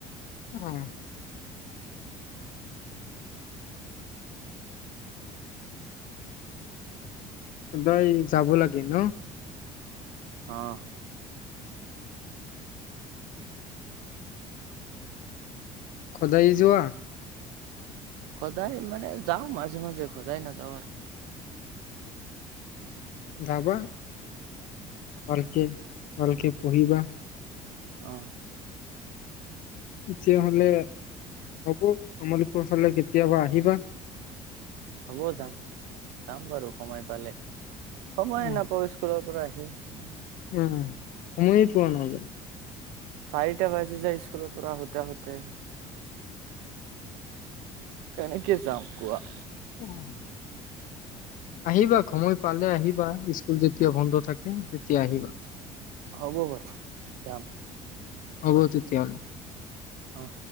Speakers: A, on the left (about 45°); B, on the right (about 55°).
A: উম! সদায় যাব লাগে ন
B: অহ!
A: সদায় যোৱা।
B: সদায় মানে যাওঁ মাজে মাজে সদায় নাযাওঁ আৰু,
A: যাবা ভালকে ভালকে পঢ়িবা।
B: অহ,
A: তেতিয়াহ'লে হ'ব আমালোকৰ ফালে কেতিয়াবা আহিবা।
B: হ'ব যাম যাম বাৰু সময় পালে, সময়ে
A: উম।
B: নাপাওঁ স্কুলৰ পৰা আহি! <unintelligible>
A: উম সময়ে পোৱা নাযায়।
B: চাৰিটা বাজি যায় স্কুলৰ পৰা আহোতে আহোতে কেনেকে যাম কোৱা।
A: উম! আহিবা সময় পালে আহিবা স্কুল যেতিয়া বন্ধ থাকে তেতিয়া আহিবা,
B: হ'ব বাৰু যাম।
A: হ'ব তেতিয়াহ'লে,
B: অহ!